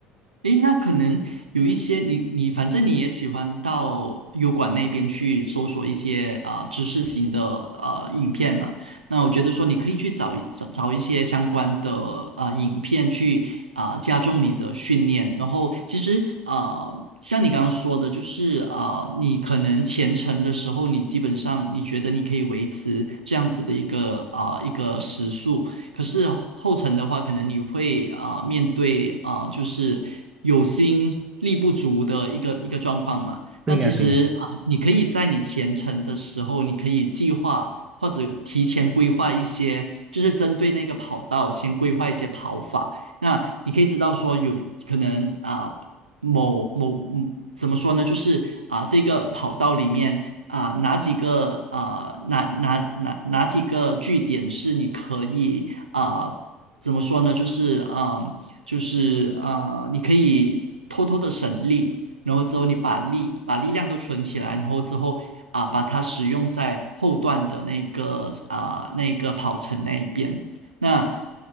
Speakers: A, on the right; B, on the right.
A: 诶，那可能有一些你你反正你也喜欢到油管那边去搜索一些啊、知识型的呃影片嘛，那我觉得说你可以去找一找找一些相关的啊、影片去啊、加重你的训练，然后其实啊、像你刚刚说的，就是啊、你可能前程的时候，你基本上你觉得你可以维持这样子的一个啊、一个时速。可是后程的话，可能你会啊、呃面对啊、呃就是有心力不足的一个一个状况嘛。
B: 对呀，
A: 那其实啊、
B: 对呀。
A: 你可以在你前程的时候，你可以计划或者提前规划一些，就是针对那个跑道先规划一些跑法。那你可以知道说有可能啊、某某嗯怎么说呢？就是啊、这个跑道里面啊、哪几个啊、哪哪哪哪几个据点是你可以啊、怎么说呢？就是啊、就是啊、你可以偷偷的省力，然后之后你把力把力量都存起来，然后之后啊、把它使用在后段的那个啊、那个跑程那一边。那